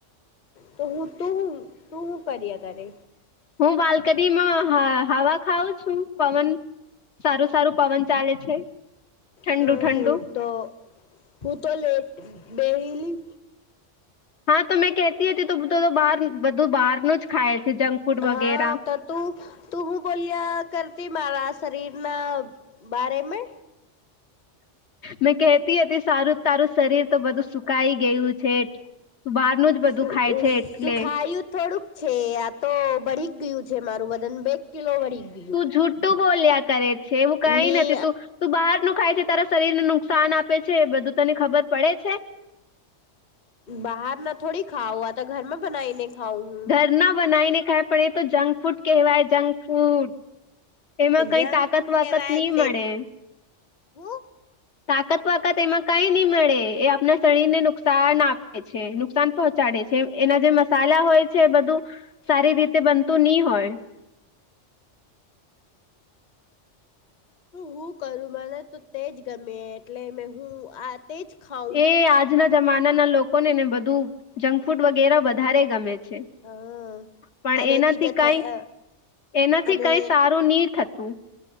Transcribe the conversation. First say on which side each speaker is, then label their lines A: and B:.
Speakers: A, on the left (about 40°); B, on the left (about 65°).
A: તો હું તું તું હું કર્યા કરે.
B: હું બાલ્કની માં હ હવા ખઉં છું પવન સારું સારું પવન ચાલે છે. ઠંડુ
A: હ
B: ઠંડુ
A: હું તો હું તો લેટ બેહલી
B: હા તો મેં કહેતી હતી તો બ બહાર બધું બહારનું જ ખાય છે જંક ફૂડ વગેરા
A: હા તો. તું તું હું બોલ્યા કરતી મારા શરીર ના બારે મે
B: મેં કેહતી હતી સારું તારું શરીર તો બધું સુકાઈ ગયું છે. તો બહારનું જ બધું
A: શું
B: ખાય છે એટલે
A: સુખાયું થોડુંક છે આ તો ભળી ગયું છે મારું બદન બે કિલો વળીયું.
B: તું જુઠું બોલ્યા કરે છે એ કઈ
A: ની
B: નથી તું તું બહાર નું ખાય છે તારા શરીરને નુકસાન આપે છે બધું તને ખબર પડે છે.
A: બહાર ના થોડી ખાઉ આ તો ઘરમાં બનાઈને ખાઉ હું.
B: ના બનાવી ને ખાય પડે તો જંક ફૂડ કહેવાય જંક ફૂડ. એમાં કઈ
A: જંક
B: તાકત
A: ફૂડ
B: વાકત
A: કેવાય
B: નહી
A: તે
B: મળે.
A: હું
B: તાકત પાકત એમાં કઈ નહી મળે એ આપણા શરીર ને નુ નુકસાન આપે છે નુકસાન પહોંચાડે છે એના જે મસાલા હોય છે બધું સારી રીતે બનતું નહી હોય.
A: હું હું કરું મને તો તેજ ગમે એટલે મે હું આ તેજ ખાઉં
B: એ આજના જમાના ના લોકો ને ને બધું જંક ફૂડ વગેરે વધારે ગમે છે.
A: હા
B: પણ
A: અને
B: એનાથી
A: પીઝા થઈ
B: કઈ એનાથી
A: અને
B: કઈ સારું નહી થતું.